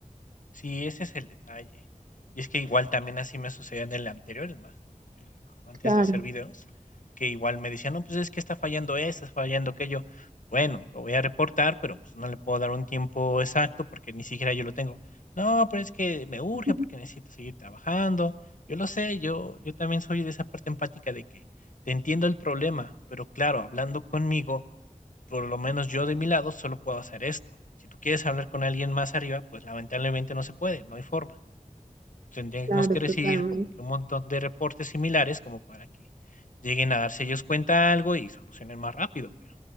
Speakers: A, on the left; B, on the right.
A: Sí, ese es el detalle. Y es que igual también así me sucedió en el anterior, el más, el antes
B: Claro,
A: de hacer videos, que igual me decían, no, pues es que está fallando esto, está fallando aquello. Bueno, lo voy a reportar, pero pues no le puedo dar un tiempo exacto porque ni siquiera yo lo tengo. No, pero es que me urge
B: <laughs>
A: porque necesito seguir trabajando. Yo lo sé, yo, yo también soy de esa parte empática de que te entiendo el problema, pero claro, hablando conmigo por lo menos yo de mi lado solo puedo hacer esto. Si tú quieres hablar con alguien más arriba, pues lamentablemente no se puede, no hay forma. Tendríamos
B: claro,
A: que recibir
B: totalmente.
A: como que un montón de reportes similares como para que lleguen a darse ellos cuenta de algo y solucionen más rápido, pero